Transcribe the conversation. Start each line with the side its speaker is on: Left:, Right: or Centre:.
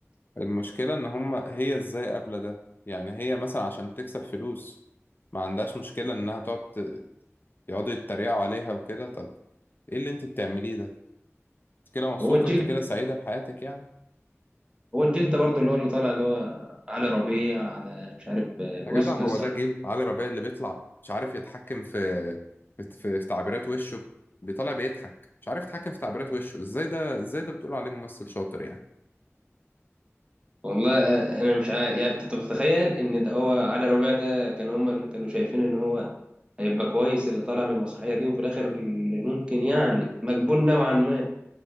Left: المشكلة إن هما هي إزاي قابلة ده يعني هي مثلا عشان تكسب فلوس ما عندهاش مشكلة إنها تقعد ت- يقعدوا يتريقوا عليها وكده طب ايه اللي انت بتعمليه ده انت كده مبسوطه
Right: هو الجلد
Left: انت كده سعيده بحياتك يعني
Right: هو الجلد ده برضه اللي هو اللي طالع اللي هو علي ربيع على مش عارف آه،
Left: يا جدع
Right: اس
Left: هو
Right: اس
Left: ده جيل علي ربيع اللي بيطلع مش عارف يتحكم في في, في في تعبيرات وشه بيطلع بيضحك مش عارف يتحكم في تعبيرات وشه ازاي ده ازاي ده بتقول عليه ممثل شاطر يعني
Right: والله آه، انا مش عارف يعني انت بتتخيل ان ده هو علي ربيع ده كان هما اللي كانوا شايفين ان هو هيبقى كويس اللي طالع من المسرحيه دي وفي الاخر اللي ممكن يعني مقبول نوعا ما